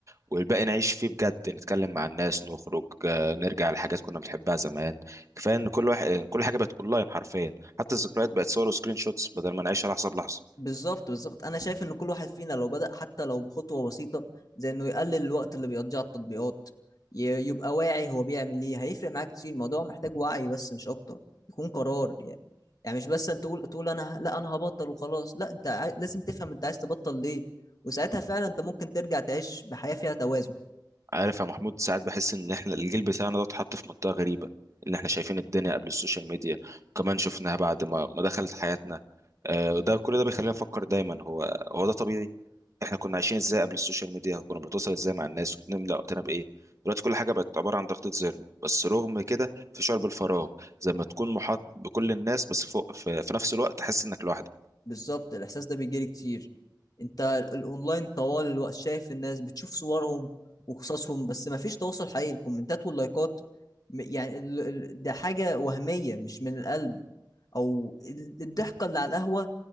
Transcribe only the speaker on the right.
والباقي نعيش فيه بجد نتكلم مع الناس نخرج آه، نرجع لحاجات كنا بنحبها زمان كفايه ان كل واحد كل حاجه بقت اونلاين حرفيا حتى الذكريات بقت صور وسكرين شوتس بدل ما نعيشها لحظه بلحظه
عارف يا محمود ساعات بحس ان احنا الجيل بتاعنا ده اتحط في منطقه غريبه ان احنا شايفين الدنيا قبل السوشيال ميديا وكمان شفناها بعد ما ما دخلت حياتنا آه، وده كل ده بيخلينا نفكر دايما هو هو ده طبيعي احنا كنا عايشين ازاي قبل السوشيال ميديا وكنا بنتواصل ازاي مع الناس وبنملى وقتنا بايه دلوقتي كل حاجه بقت عباره عن ضغطه زر بس رغم كده في شعور بالفراغ زي ما تكون محاط بكل الناس بس فوق في, في نفس الوقت تحس انك لوحدك